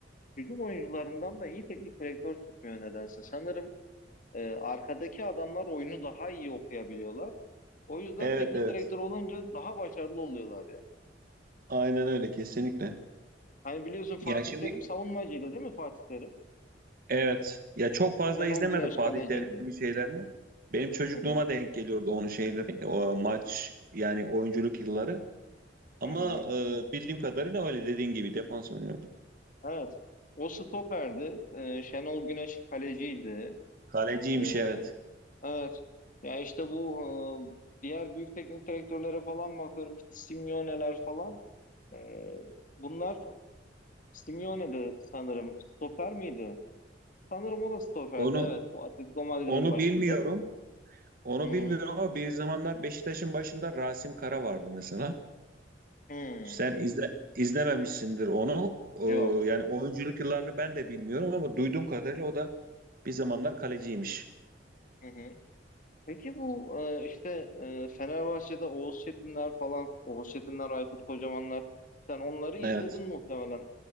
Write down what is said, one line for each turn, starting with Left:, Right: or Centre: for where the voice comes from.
Left: hücum oyuncularından da iyi teknik direktör çıkmıyor nedense. Sanırım e, arkadaki adamlar oyunu daha iyi okuyabiliyorlar. O yüzden
Right: Evet
Left: teknik
Right: evet.
Left: direktör olunca daha başarılı oluyorlar
Right: Aynen öyle kesinlikle.
Left: Hani biliyorsun Fatih
Right: Ya şimdi
Left: Terim savunmacıydı değil mi Fatih Terim?
Right: evet. Ya çok fazla
Left: Şenol
Right: izlemedim
Left: Güneş
Right: Fatih
Left: kaleciydi.
Right: Terim'in şeylerini. Benim çocukluğuma
Left: Hı hı,
Right: denk geliyordu onun şeyleri. O maç yani oyunculuk yılları. Ama
Left: hı hı.
Right: e, bildiğim kadarıyla öyle dediğin gibi defans oynuyordu.
Left: Evet. O stoperdi. Ee, Şenol Güneş kaleciydi.
Right: Kaleciymiş
Left: Ee,
Right: evet.
Left: evet. Ya işte bu e, diğer büyük teknik direktörlere falan bakıyorum işte Simeone'ler falan. Ee, bunlar Simeone'di sanırım. Stoper miydi? Sanırım o da stoperdi
Right: Onu
Left: evet. Bu Atletico Madrid'in
Right: onu
Left: başında.
Right: bilmiyorum. Onu
Left: Hı hı.
Right: bilmiyorum ama bir zamanlar Beşiktaş'ın başında Rasim Kara vardı mesela.
Left: Hı.
Right: Sen izle, izlememişsindir onu. E,
Left: Yok.
Right: yani oyunculuk yıllarını ben de bilmiyorum ama duyduğum kadarıyla o da bir zamanlar kaleciymiş.
Left: Hı hı. Peki bu e, işte e, Fenerbahçe'de Oğuz Çetinler falan, Oğuz Çetinler, Aykut Kocamanlar. Sen onları izledin
Right: Evet.
Left: muhtemelen.